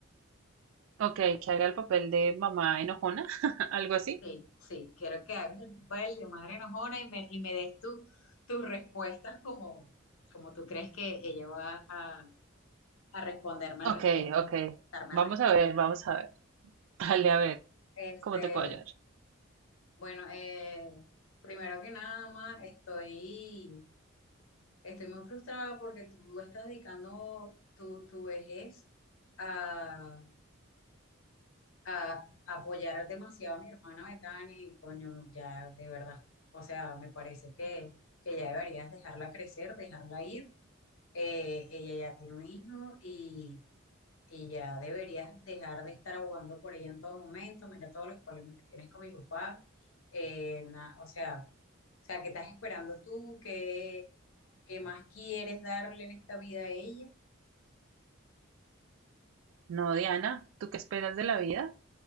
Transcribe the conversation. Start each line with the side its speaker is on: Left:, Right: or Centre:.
Right: Ok, que haga el papel de mamá enojona, <laughs> algo así.
Left: Sí, sí, quiero que hagas el papel de madre enojona y me, y me des tu- tus respuestas como, como tú crees que ella va a, a responderme
Right: Ok,
Left: al respecto,
Right: ok.
Left: darme
Right: Vamos
Left: al respecto.
Right: a ver, vamos a ver. <laughs> Dale, a ver,
Left: Este,
Right: ¿cómo te puedo ayudar?
Left: Bueno, eh, primero que nada más, estoy, estoy muy frustrada porque tú estás dedicando tu, tu vejez a, a apoyar demasiado a mi hermana Betania y coño, ya de verdad, o sea, me parece que, que ya deberías dejarla crecer, dejarla ir. Eh, ella ya tiene un hijo y, y ya deberías dejar de estar abogando por ella en todo momento. Mira todos los problemas que tienes con mi papá. Eh, na- o sea sea, ¿qué estás esperando tú? ¿Qué, qué más quieres darle en esta vida a ella?
Right: No, Diana, ¿tú qué esperas de la vida?